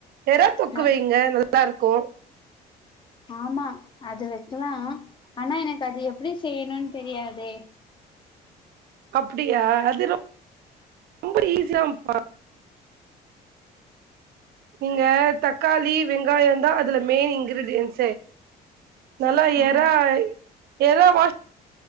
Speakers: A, on the right (about 65°); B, on the left (about 30°).
A: எறா தொக்கு
B: நா
A: வைங்க நல்லா இருக்கு கோ
B: ஆமா அது வக்கலா ஆனா எனக்கு அது எப்டி செய்யணும்னு தெரியாதே
A: அப்டியா அது ரொம் ரொம்படி ஈஸியாம்ப்பா நீங்க தக்காளி வெங்காய அந்த அதுல மெயினுங்கிறது இன்சைடு நல்லா
B: ஆ
A: எறா எறா வாஷ்